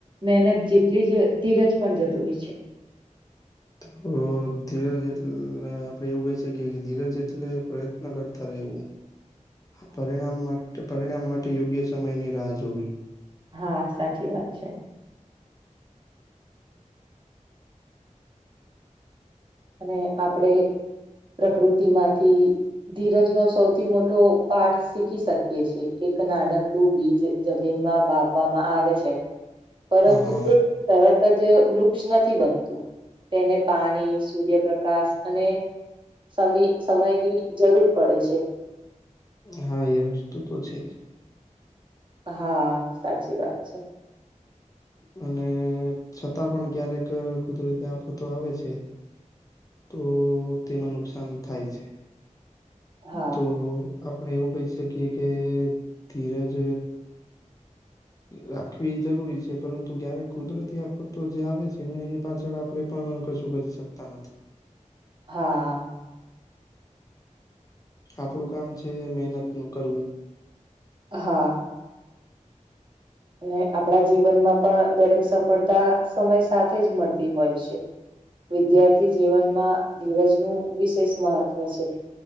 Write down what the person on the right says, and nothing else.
મહેનત જેટલી જ ધીરજ પણ જરૂરી છે.
હા સાચી વાત છે. અને આપડે પ્રકૃતિ માંથી ધીરજ નો સૌથી મોટો પાઠ શીખી શકીએ છીએ એક નાનકડું બીજ જમીન માં બાપવામાં આવે છે. પરંતુ
તે તરત જ વૃક્ષ નથી બનતું તેને પાણી સૂર્ય પ્રકાશ અને સમ સમયની જરૂર પડે છે.
હા સાચી વાત છે.
હા
હા
હા અને આપણા જીવનમાં પણ દરેક સફળતા સમય સાથે જ મળતી હોય છે. વિદ્યાર્થી જીવનમાં ધીરજનું વિશેષ મહત્ત્વ છે.